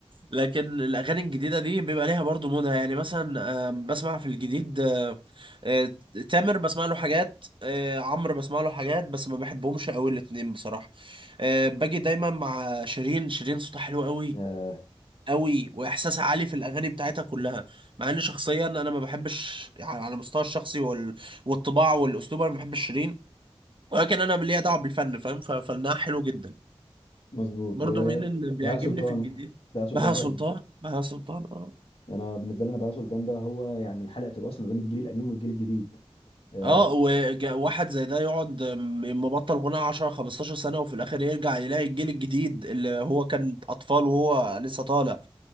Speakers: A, on the right; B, on the left.
A: لكن الاغاني الجديده دي بيبقى ليها برضو مودها يعني مثلا آه، بسمع في الجديد آه، آه، تامر بسمع له حاجات آه، عمرو بسمع له حاجات بس ما بحبهمش قوي الاتنين بصراحه آه، باجي دايما مع شيرين شيرين صوتها حلو قوي
B: آه،
A: قوي واحساسها عالي في الاغاني بتاعتها كلها مع ان شخصيا انا ما بحبش يعني على المستوى الشخصي وال... والطباع والاسلوب انا ما بحبش شيرين ولكن انا ليا دعوه بالفن فاهم ففنها حلو جدا
B: مظبوط
A: برضو
B: وبهاء
A: مين اللي بيعجبني
B: سلطان
A: في الجديد
B: بهاء سلطان
A: بهاء
B: طبعا
A: سلطان بهاء سلطان آه.
B: يعني انا بالنسبه لي انا بهاء سلطان ده هو يعني حلقه الوصل ما بين الجيل القديم والجيل الجديد آه،
A: اه وواحد زي ده يقعد م- مبطل غناء 10 15 سنة وفي الآخر يرجع يلاقي الجيل الجديد اللي هو كان أطفال وهو لسه طالع